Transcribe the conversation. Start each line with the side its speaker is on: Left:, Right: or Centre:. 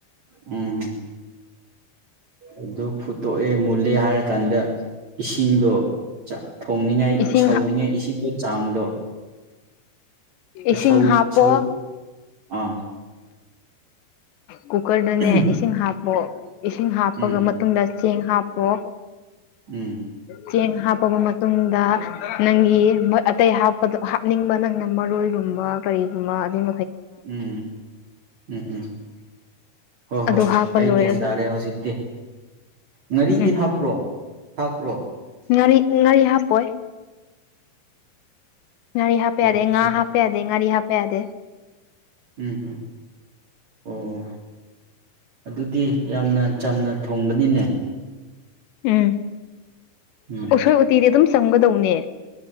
Right: ꯎꯝ ꯑꯗꯨ ꯐꯨꯠꯇꯣꯛꯑꯦ ꯃꯨꯜꯂꯦ ꯍꯥꯢꯔꯀꯥꯟꯗ ꯏꯁꯤꯡꯗꯣ ꯆꯥꯛ ꯊꯣꯡꯅꯤꯡꯉꯥꯢ
Left: ꯏꯁꯤꯡ
Right: ꯁꯧꯅꯤꯡꯉꯥꯢ ꯏꯁꯤꯡꯗꯣ ꯆꯥꯡꯗꯣ
Left: ꯏꯁꯤꯡ
Right: ꯁꯧ
Left: ꯍꯥꯞꯄꯣ
Right: ꯁꯧ ꯑꯥ
Left: ꯀꯨꯀꯔꯗꯅꯦ
Right: ꯎꯝ
Left: ꯏꯁꯤꯡ ꯍꯥꯞ ꯑꯣ ꯏꯁꯤꯡ ꯍꯥꯞꯄꯒ
Right: ꯎꯝ
Left: ꯃꯇꯨꯡꯗ ꯆꯦꯡ ꯍꯥꯞꯄꯣ
Right: ꯎꯝ
Left: ꯆꯦꯡ ꯍꯥꯞꯄꯕ ꯃꯇꯨꯡꯗ ꯅꯪꯒꯤ ꯃꯣꯢ ꯑꯇꯩ ꯍꯥꯞꯄꯗ ꯍꯥꯞꯅꯤꯡꯕ ꯅꯪꯅ ꯃꯔꯣꯢꯒꯨꯝꯕ ꯀꯔꯤꯒꯨꯝꯕ ꯑꯗꯨꯢ
Right: ꯎꯝ ꯎꯝ ꯍꯨꯝ ꯍꯣꯢ
Left: ꯑꯗꯨ
Right: ꯍꯣꯢ
Left: ꯍꯥꯞꯄ
Right: ꯑꯩ
Left: ꯂꯣꯏꯔꯒ
Right: ꯒ꯭ꯌꯥꯟ ꯇꯥꯔꯦ ꯍꯧꯖꯤꯛ ꯇꯦ ꯉꯥꯔꯤꯗꯤ
Left: ꯎꯝ
Right: ꯍꯥꯞꯄ꯭ꯔꯣ ꯊꯥꯛꯄ꯭ꯔꯣ
Left: ꯉꯥꯔꯤ ꯉꯥꯔꯤ ꯍꯥꯞꯄꯣꯢ ꯉꯥꯔꯤ ꯍꯥꯞꯄ
Right: ꯑꯣꯀꯦ
Left: ꯌꯥꯗꯦ ꯉꯥ ꯍꯥꯞꯄ ꯌꯥꯗꯦ ꯉꯥꯔꯤ ꯍꯥꯞꯄ ꯌꯥꯗꯦ
Right: ꯎꯝꯍꯨꯝ ꯑꯣ ꯑꯗꯨꯗꯤ ꯌꯥꯝꯅ ꯆꯝꯅ ꯊꯣꯡꯕꯅꯤꯅꯦ
Left: ꯎꯝ
Right: ꯎꯝ
Left: ꯎꯁꯣꯢ ꯎꯇꯤꯗꯤ ꯑꯗꯨꯝ ꯆꯝꯒꯗꯧꯅꯦ